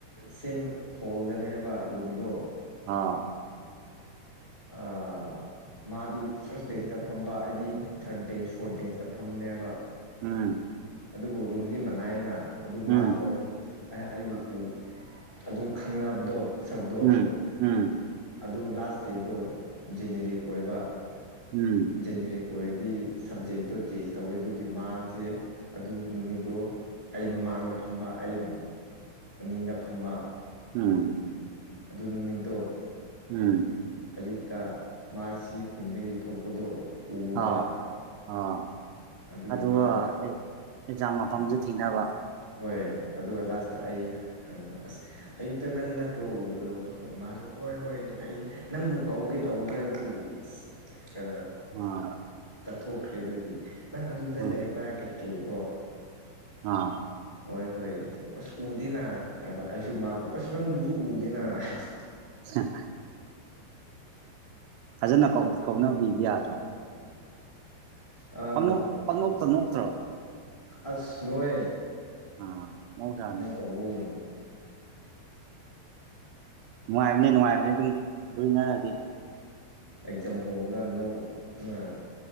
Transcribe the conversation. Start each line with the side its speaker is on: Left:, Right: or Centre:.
Left: ꯁꯦꯝ ꯍꯣꯜꯗꯅꯤ ꯍꯥꯏꯕ ꯔꯨꯝꯗꯣ
Right: ꯑ
Left: ꯑꯥ ꯃꯥꯗꯤ ꯐꯥꯔꯁ ꯕꯦꯟꯁꯇ ꯐꯝꯕ ꯑꯩꯗꯤ ꯊꯥꯔꯠ ꯕꯦꯟꯁ ꯐꯣꯔꯠ ꯕꯦꯟꯁꯇ ꯐꯝꯕꯅꯦꯕ
Right: ꯎꯝ
Left: ꯑꯗꯨꯕꯨ ꯔꯨꯝꯗꯤ ꯃꯅꯥꯏꯅ ꯑꯗꯨ ꯃꯥꯁꯨ
Right: ꯎꯝ
Left: ꯑꯗꯨꯝ ꯑꯦ ꯑꯩꯕꯨ ꯎ ꯑꯗꯨꯝ ꯈꯪꯅꯕꯗꯣ ꯁꯛꯇꯣ
Right: ꯎꯝ ꯎꯝ
Left: ꯑꯗꯨ ꯂꯥꯁ ꯗꯦꯗꯣ ꯖꯦꯅꯦꯔꯤꯛ ꯑꯣꯏꯕ
Right: ꯎꯝ
Left: ꯖꯦꯅꯦꯔꯤꯛ ꯑꯣꯏꯔꯗꯤ ꯁꯞꯖꯦꯛꯇꯣ ꯆꯦꯟꯖ ꯇꯧꯋꯦ ꯑꯗꯨꯒꯤ ꯃꯥꯁꯦ ꯑꯗꯨ ꯅꯨꯃꯤꯠꯇꯣ ꯑꯩ ꯃꯃꯥꯡꯗ ꯐꯝꯕ ꯑꯩꯅ ꯑꯅꯤꯡꯗ ꯐꯝꯕ
Right: ꯎꯝ
Left: ꯑꯗꯨ ꯅꯨꯃꯤꯠꯇꯣ
Right: ꯎꯝ
Left: ꯑꯌꯨꯛꯇ ꯃꯥꯁꯤ ꯈꯨꯟꯗꯒꯤ ꯊꯣꯛꯄꯗꯣ ꯎꯕ
Right: ꯑꯥꯎ ꯑꯥ
Left: ꯑꯗꯨꯒꯤ
Right: ꯑꯗꯨꯒ
Left: ꯃꯥꯗꯣ
Right: ꯑꯦ ꯑꯦꯛꯖꯥꯝ ꯃꯐꯝꯁꯨ ꯊꯤꯅꯕ
Left: ꯍꯣꯏ ꯑꯗꯨꯒ ꯂꯥꯁꯇ ꯑꯩ ꯍꯪꯕ ꯑꯁ ꯑꯌꯨꯛꯇ ꯅꯪꯅ ꯇ꯭ꯔꯣ ꯎꯕꯗꯣ ꯍꯣꯏ ꯃꯥꯁꯨ ꯍꯣꯏ ꯍꯣꯏ ꯑꯩ ꯅꯪꯕꯨ ꯀꯧꯒꯦ ꯇꯧꯕꯒꯤ ꯑꯗꯨꯕꯨ ꯑꯁ ꯑ
Right: ꯎꯝ
Left: ꯇꯠꯊꯣꯛꯈ꯭ꯔꯦ ꯑꯗꯨꯒꯤ ꯅꯪ ꯑꯗꯨꯗ
Right: ꯑꯥ
Left: ꯂꯩꯕ꯭ꯔꯥ ꯀꯩꯀꯩ ꯀꯣ
Right: ꯑꯥ
Left: ꯍꯣꯏ ꯍꯣꯏ ꯑꯗꯨ ꯑꯁ ꯎꯗꯦꯅ ꯍꯥꯏꯕ ꯑꯩꯁꯨ ꯃꯥꯕꯨ ꯑꯁ ꯅꯪꯕꯨꯁꯨ ꯎꯗꯦꯅ ꯍꯥꯏꯕ
Right: ꯎꯝ ꯐꯖꯅ ꯀꯧ ꯀꯧꯅꯕꯤꯕ ꯌꯥꯗ꯭ꯔꯣ
Left: ꯍꯥꯏꯕ
Right: ꯄꯪꯅꯣꯛ ꯄꯪꯅꯣꯛꯇ ꯅꯣꯛꯇ꯭ꯔꯣ
Left: ꯑꯁ ꯅꯣꯛꯑꯦ
Right: ꯑꯥ ꯃꯧꯖꯥꯅꯦ
Left: ꯇꯧꯕꯒꯨꯝ
Right: ꯅꯨꯡꯉꯥꯏꯕꯅꯦ ꯅꯨꯡꯉꯥꯏꯕꯅꯦ ꯑꯗꯨꯝ ꯂꯣꯏꯅꯔꯗꯤ
Left: ꯑꯦꯛꯖꯥꯝ ꯍꯧꯔꯒ ꯅꯣꯛꯇꯅ